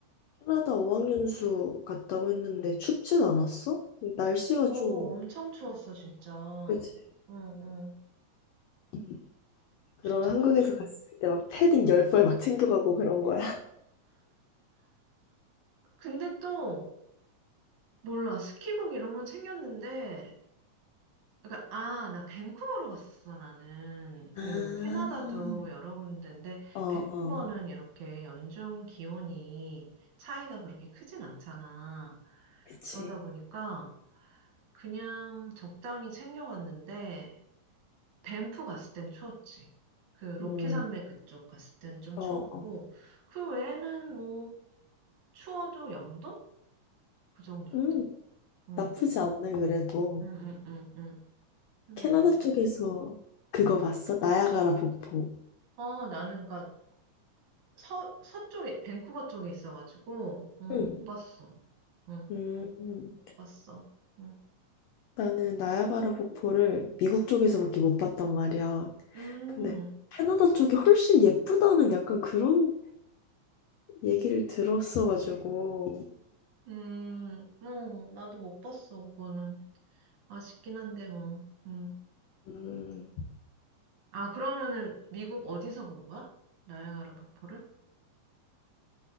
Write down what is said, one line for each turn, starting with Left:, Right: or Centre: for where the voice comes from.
Left: 캐나다 어학연수 갔다고 했는데 춥진 않았어? 날씨가
Right: 어,
Left: 좀
Right: 엄청 추웠어, 진짜.
Left: 그치.
Right: 응, 응.
Left: 음. 그러면
Right: 진짜
Left: 한국에서
Right: 추웠어.
Left: 갔을 때 막 패딩 열벌 막 챙겨가고 그런 거야.
Right: 근데 또, 몰라. 스키복 이런 건 챙겼는데, 그러니까, 아, 나 밴쿠버로 갔었어, 나는.
Left: <laughs>
Right: 그, 캐나다도 여러 군데인데,
Left: 아, 어,
Right: 밴쿠버는
Left: 어,
Right: 이렇게 연중 기온이 차이가 그렇게 크진 않잖아.
Left: 그치.
Right: 그러다 보니까, 그냥 적당히 챙겨갔는데, 밴프 갔을 땐 추웠지. 그 로키
Left: 음,
Right: 산맥 그쪽 갔을 땐 좀
Left: 어,
Right: 추웠고
Left: 어.
Right: 그 외에는 뭐 추워도 영도? 그 정도였던
Left: 음,
Right: 거. 응,
Left: 나쁘지 않네, 그래도.
Right: 응, 응, 응, 응. 그래서
Left: 캐나다
Right: 괜찮아.
Left: 쪽에서 그거 봤어? 나야가라 폭포.
Right: 어, 나는 그니까 서 서쪽에 밴쿠버 쪽에 있어가지고 어,
Left: 응
Right: 못 봤어. 응,
Left: 음, 음.
Right: 못 봤어. 응.
Left: 나는 나야가라 폭포를 미국 쪽에서밖에 못 봤단 말이야.
Right: 음,
Left: 근데 캐나다 쪽이 훨씬 예쁘다는 약간 그런 얘기를 들었어가지고.
Right: 음, 어, 나도 못 봤어, 그거는. 아쉽긴 한데, 뭐. 음.
Left: 음,
Right: 아, 그러면은 미국 어디서 본 거야? 나야가라 폭포를?